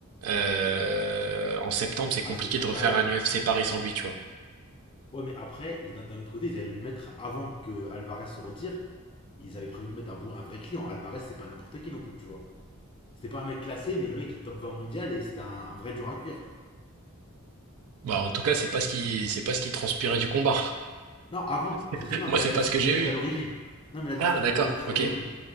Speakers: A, on the right (about 75°); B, on the left (about 25°).
A: euh, en septembre, c'est compliqué
B: ah, c'était fin
A: de
B: de
A: refaire
B: carrière.
A: un UFC Paris sans lui, tu vois.
B: Ouais, mais après, ils- d'un d'un autre côté, ils allaient le mettre avant que Alvarez se retire. Ils avaient prévu de mettre un, bon, un vrai client. Alvarez, c'est pas n'importe qui non plus, tu vois. C'était pas un mec classé, mais le mec est top 20 mondial et c'était un, un vrai dur à cuire.
A: Bah, en tout cas, c'est pas ce qui, c'est pas ce qui transpirait du combat.
B: Non, avant.
A: <laughs>
B: Je veux dire, non,
A: Moi,
B: mais
A: c'est
B: l'adversaire
A: pas ce que
B: qui
A: j'ai
B: devait le
A: vu.
B: mettre à l'origine. Non, mais l'adversaire
A: Ah, d'accord,
B: qui devait le mettre
A: ok.
B: à l'origine.